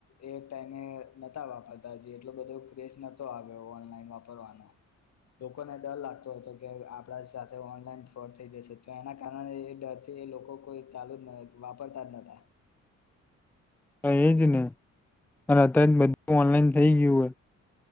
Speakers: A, on the left (about 60°); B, in the centre.
A: એ ટાઈમે નાતા વાપરતા જે એટલો બધો ક <unintelligible> ઓનલાઈન વાપરવાનો. લોકોને ડર લાગતો હતો કે આપડા સાથે ઓનલાઈન ફોડ થઈ જશે તો એના કારણે એ ડરથી એ લોકો કોઈ ચાલુ જ વાપરતા જ નતા.
B: એજ ને અને અત જ બધું ઓનલાઈન થઈ ગયું હોય